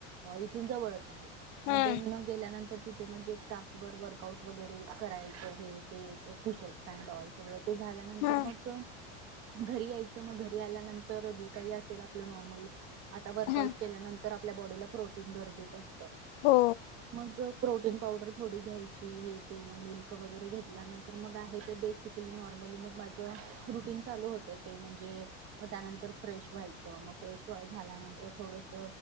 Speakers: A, on the right; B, on the left.
A: तिथून जवळच आहे. मध्येन
B: हा
A: गेल्यानंतर तिथे मग एक तासभर वर्कआउट वगैरे करायचं हे ते पुशप स्टॅन्ड ऑल ते झाल्यानंतर
B: हा
A: मग घरी यायचं मग घरी आल्यानंतर जे काही असेल आपलं नॉर्मल आता वर्कआउट
B: हा
A: केल्यानंतर आप आपल्या बॉडीला प्रो ते गरजेच असतं.
B: हो
A: मग प्रोटीन पावडर थोडी घ्यायची हे ते मग मिल्क वगैरे घेतल्यानंतर मग आहे ते बेसिकली नॉर्मली मग माझ रुटीन चालू होतं ते म्हणजे मग त्यानंतर फ्रेश व्हायचं मग फ्रेश झाल्यानंतर थोडस